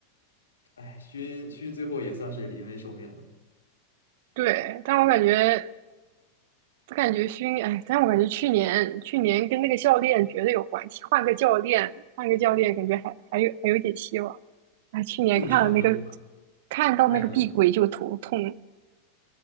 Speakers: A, on the left; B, on the right.
A: 哎，勋勋最后也算是临危受命了，
B: 对，但我感觉我感觉熏，哎，但我感觉去年去年跟那个教练绝对有关系，换个教练，换个教练，感觉还还有还有点希望。哎，去年看了那个，
A: 就差那一把
B: 看到那个碧桂就头痛。
A: 太可惜，